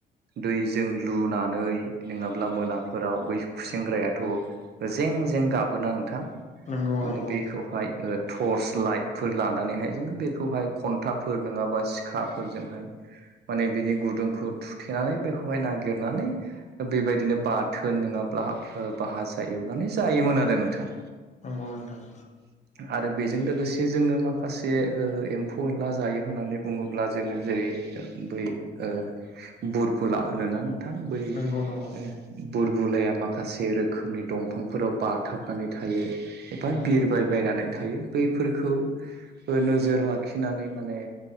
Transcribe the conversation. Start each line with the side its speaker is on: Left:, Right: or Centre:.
Right: दैजों लुनानै नोङाब्ला मोनाफोराव बै खुसेेंग्रायाथ' जें जें गाबोना नोंथां
Left: नंगौ
Right: माने
Left: नंगौ
Right: बेखौहाय ओ टर्स लाइटफोर लानानैहाय जोङो बेखौहाय खन्था फोर नङाबा सिखाफोरजोंहाय माने बिनि गुदुंखौ थुथेनानै बेखौहाय नागेरनानै बेबायदिनो बाथोन नङाब्ला ओ भाजा एवनानै जायोमोन आरो नोंथां।
Left: नंगौ नोंथां।
Right: <inaudible> आरो बेजों लोगोसे जोङो माखासे ओ एम्फौ एनला जायो होननानै बुङोब्ला जोङो जेरै बै ओ बुरबुला होनोना नों थां बै
Left: नंगौ नंगौ
Right: ओ बुरबुलाया माखासे रोखोमनि दंफांफोराव बाथाबनानै थायो
Left: उम
Right: एबा बिरबाय बायनानै थायो बैफोरखौ ओ नोजोर लाखिनानै माने